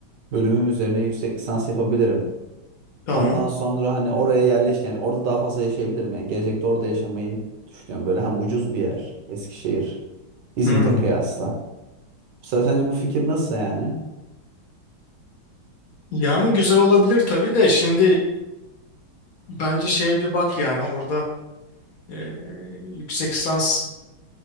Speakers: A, on the right; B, on the left.
A: bölümüm üzerine yüksek lisans yapabilirim.
B: Tamam.
A: Ondan sonra hani oraya yerleş yani orada daha fazla yaşayabilirim. Yani gelecekte orada yaşamayı düşünüyorum. Böyle hem ucuz bir yer Eskişehir, İzmit'e
B: Hı.
A: kıyasla. Mesela sence bu fikir nasıl yani?
B: Yani güzel olabilir tabii de şimdi bence şeye bir bak yani orada e, yüksek lisans